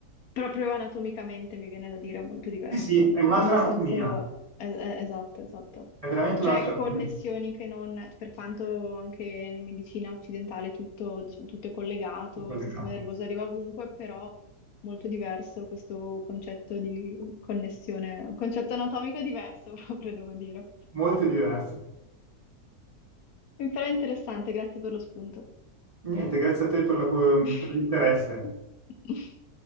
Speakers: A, on the left; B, on the right.
A: proprio anatomicamente mi viene da dire molto diverso,
B: Sì, sì, è un'altra
A: nel
B: anatomia,
A: senso, eh, eh, esatto, esatto.
B: è veramente
A: Cioè
B: un'altra
A: connessioni
B: anatomia.
A: che non, per quanto anche in medicina occidentale tutto, diciamo, tutto è collegato,
B: collegato.
A: il sistema nervoso arriva ovunque, però molto diverso questo concetto di connessione, concetto anatomico diverso <laughs> proprio, devo dire.
B: Molto diverso.
A: Però è interessante, grazie per lo spunto.
B: Niente, grazie a te per la-
A: <laughs>
B: per l'interesse.